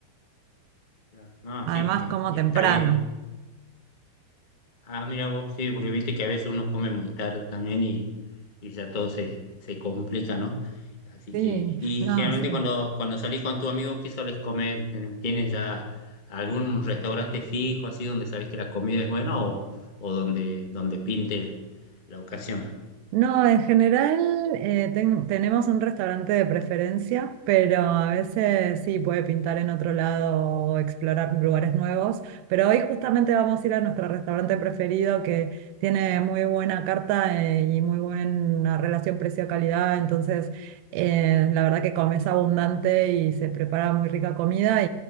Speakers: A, on the left; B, on the right.
A: Claro. No,
B: Además,
A: sí, es-
B: como
A: está
B: temprano.
A: bien. Ah, mira vos, sí, porque viste que a veces uno come muy tarde también y, y ya todo se, se complica, ¿no? Así
B: Sí,
A: que, y
B: no,
A: generalmente
B: sí.
A: cuando, cuando salís con tu amigo, ¿qué solés comer? ¿Tienes ya algún restaurante fijo así donde sabés que la comida es buena o, o donde, donde pinte la ocasión?
B: No, en general eh, ten- tenemos un restaurante de preferencia, pero a veces sí puede pintar en otro lado o explorar lugares nuevos. Pero hoy justamente vamos a ir a nuestro restaurante preferido que tiene muy buena carta eh, y muy buena relación precio-calidad. Entonces, eh, la verdad que comes abundante y se prepara muy rica comida